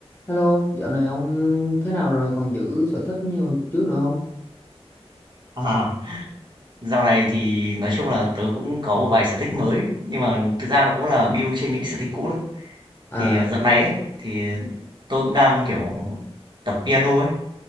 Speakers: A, on the left; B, on the right.
A: Hello, dạo này ông thế nào rồi? Còn giữ sở thích như hồi trước nữa không?
B: À, dạo này thì nói chung là tớ cũng có một vài sở thích mới nhưng mà thực ra nó cũng là build trên những cái sở thích cũ thôi.
A: À,
B: Thì à, dạo này ấy thì tôi cũng đang kiểu tập piano ấy